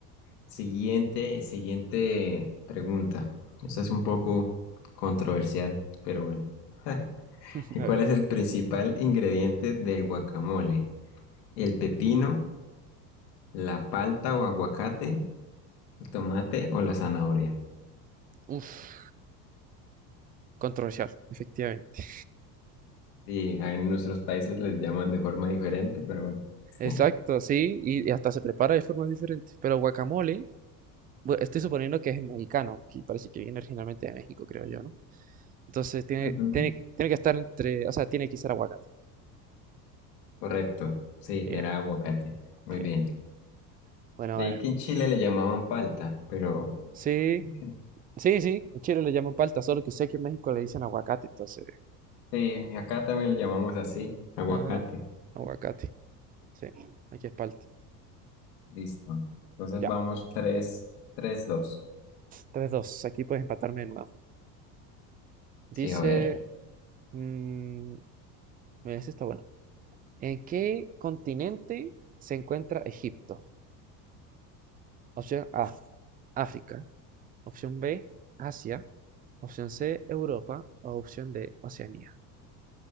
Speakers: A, on the left; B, on the right.
A: siguiente, siguiente pregunta. Esta es un poco controversial, pero bueno. <laughs>
B: <laughs> A ver.
A: ¿Cuál es el principal ingrediente del guacamole? ¿El pepino, la palta o aguacate, el tomate o la zanahoria?
B: Uf, controversial, efectivamente.
A: Sí, en nuestros países les llaman de forma diferente, pero bueno. <laughs>
B: Exacto, sí, y, y hasta se prepara de formas diferentes. Pero guacamole, bu- estoy suponiendo que es mexicano, que parece que viene originalmente de México, creo yo, ¿no? Entonces tiene,
A: Ujú.
B: tiene, tiene que estar entre, o sea, tiene que ser aguacate.
A: Correcto. Sí,
B: Bien,
A: era aguacate. Muy
B: bien.
A: bien.
B: Bueno,
A: De
B: ahora.
A: ahí que en Chile le llamaban palta, pero
B: Sí,
A: ok.
B: sí, sí. En Chile le llaman palta, solo que sé que en México le dicen aguacate, entonces.
A: sí, acá también le llamamos así, aguacate.
B: Ah, aguacate. Sí, aquí es palta.
A: Listo. Entonces
B: Ya.
A: vamos tres, tres, dos.
B: tres dos Aquí puedes empatarme de nuevo. Dice.
A: Sí, a ver.
B: mm, mira, ese está bueno. ¿En qué continente se encuentra Egipto? Opción A, África. Opción B, Asia. Opción C, Europa. O opción D, Oceanía.